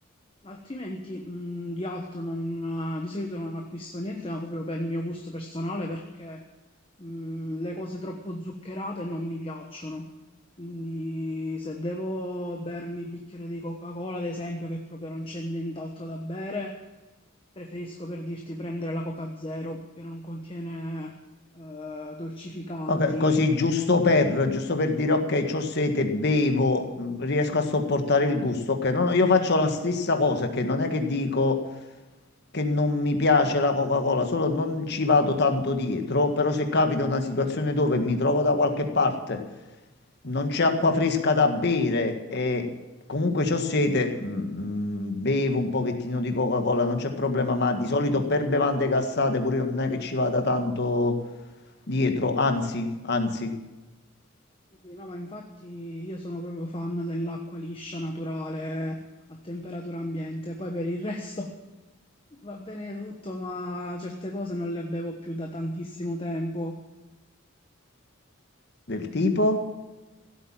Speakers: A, on the left (about 25°); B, on the left (about 55°).
A: Altrimenti, mh, di altro non, di solito non acquisto niente, ma proprio per il mio gusto personale, perché mh, le cose troppo zuccherate non mi piacciono. Quindi se devo bermi il bicchiere di Coca-Cola, ad esempio, che proprio non c'è nient'altro da bere, preferisco per dirti prendere la Coca Zero, che non contiene eh, dolcificanti.
B: Ok, così
A: ecco.
B: giusto per, giusto per dire ok, c'ho sete, bevo, mh, riesco a sopportare il gusto. Ok, no, no, io faccio la stessa cosa, che non è che dico che non mi piace la Coca-Cola, solo non ci vado tanto dietro, però se capita una situazione dove mi trovo da qualche parte, non c'è acqua fresca da bere e comunque c'ho sete, mh, mh, bevo un pochettino di Coca-Cola, non c'è problema, ma di solito per bevande gassate pure io non è che ci vada tanto dietro, anzi, anzi.
A: Sì, No, ma infatti io sono proprio fan dell'acqua liscia, naturale, a temperatura ambiente. Poi per il resto <laughs> va bene tutto, ma certe cose non le bevo più da tantissimo tempo.
B: Del tipo?